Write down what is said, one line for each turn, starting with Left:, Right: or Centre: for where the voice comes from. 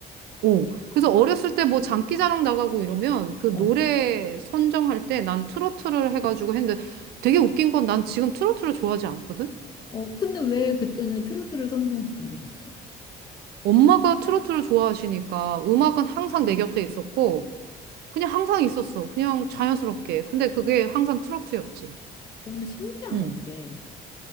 Right: 어, 그래서 어렸을 때 뭐 장기자랑 나가고 이러면 그
Left: 어,
Right: 노래 선정할 때 난 트로트를 해가지고 했는데 되게 웃긴 건 난 지금 트로트를 좋아하지 않거든?
Left: 어, 근데 왜 그때는 트로트를 선정해서 노래를 했어?
Right: 엄마가 트로트를 좋아하시니까 음악은 항상
Left: 어,
Right: 내 곁에 있었고 그냥 항상 있었어. 그냥 자연스럽게. 근데 그게 항상 트로트였지.
Left: 어, 근데 신기하다,
Right: 응.
Left: 그게.